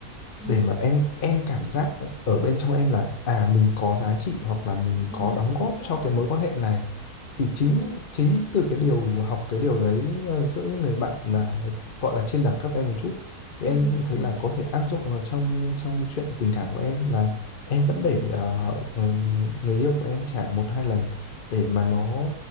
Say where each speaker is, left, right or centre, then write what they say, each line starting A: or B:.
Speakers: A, on the left (about 65°); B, on the left (about 40°).
A: ừ
B: để mà em em cảm giác ở ở bên trong em là à mình có giá trị hoặc là mình
A: ừ
B: có đóng
A: đúng
B: góp
A: rồi
B: cho cái mối quan hệ này thì chính
A: ừ
B: chính từ cái điều học cái điều đấy ờ, giữa những người bạn là gọi là trên đẳng cấp em một chút thì
A: ừ
B: em cũng thấy
A: ừ
B: là có thể áp dụng vào trong trong chuyện tình cảm của em là em
A: ừ
B: vẫn để ờ, ừ, người yêu của em trả một hai lần để mà nó